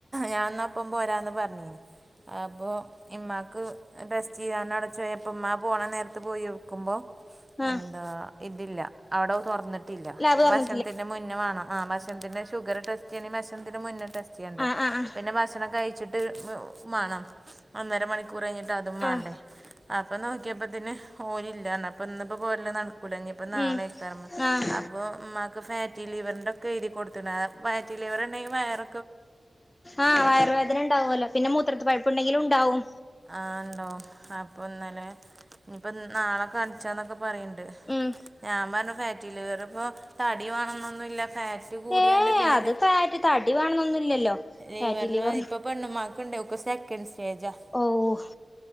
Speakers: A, on the right; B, on the left.
A: ഞാൻ എന്ന അപ്പം പോരാന്ന് പറഞ്ഞിന്ന് അപ്പോൾ ഇമ്മാക്ക് ടേസ്റ്റ് ചെയ്യാന്ന് അടച്ചെയാപ്പോൾ ഉമ്മാ പോകണ നേരത്ത് പോയി ക്കുമ്പോ എന്താ
B: ആഹ്
A: ഇതില്ല അവിടെ തുറന്നി ട്ടില്ല
B: ലാബ് തൊറന്നിട്ടില്ലേ
A: ഭക്ഷത്തിന്റെ മുന്നേ വേണം ആഹ് ഭക്ഷത്തിന്റെ ഷുഗർ ടെസ്റ്റ് ചെയ്യണ ഭക്ഷത്തിന്റെ മുന്നേ ടെസ്റ്റ് ചെയ്യണ്ടേ
B: ആഹ് ആഹ് ആഹ്
A: പിന്നെ ഭക്ഷണം കഴിച്ചിട്ട് മാണം.. ഒന്നര മണിക്കൂർ കഴിഞ്ഞിട്ട് അതും മാണ്ടേ
B: ആഹ്
A: അപ്പൊ നോക്കിയപ്പോത്തിന് ഓലില്ലാറഞ്ഞു അപ്പ ഇന്നിപ്പോ പോരല് നടക്കൂല ഇനിപ്പോ നാളയ്ക്കാരം
B: ഉം
A: അ
B: ആഹ്
A: അപ്പോ ഉമ്മക്ക് ഫാറ്റി ലിവറിന്റൊക്കെ എയ്തി കൊടുത്തിന്.. ഫാറ്റി ലിവർ ഉണ്ടെങ്കിൽ വയർ
B: ആഹ് വയറുവേദന ഉണ്ടാവുവല്ലോ.. പിന്നെ മൂത്രത്തി പഴുപ്പ് ഉണ്ടെങ്കിലും ഉണ്ടാവും
A: ആഹ് ഉണ്ടവും.. അപ്പോ ഇന്നലെ അപ്പൊ നാള കാണിച്ചാന്നൊക്കെ പറയണ്ട്..
B: ഉം
A: ഞാൻ പറഞ്ഞ് ഫാ റ്റി ലിവർ ഇപ്പൊ തടി വേണോന്നൊന്നുവില്ല ഫാറ്റ് കൂടിയാണ്ട്
B: ഏഹ്
A: പിന്നെ
B: അത് ഫാറ്റ് തടി വേണന്നൊന്നുല്ലല്ലോ
A: ലിവെറിന്
B: ഫാറ്റി ലിവറിന്
A: ഇപ്പോ പെണ്ണുമ്മാക്കുണ്ട്.. ഓക്ക് സെക്കൻഡ് സ്റ്റേജാ
B: ഓഹ്